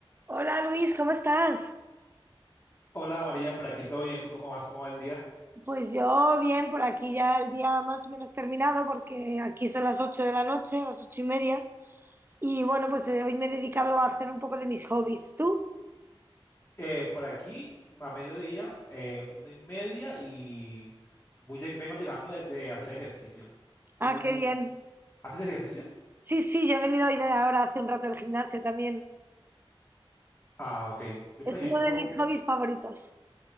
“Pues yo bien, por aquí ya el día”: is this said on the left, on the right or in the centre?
Right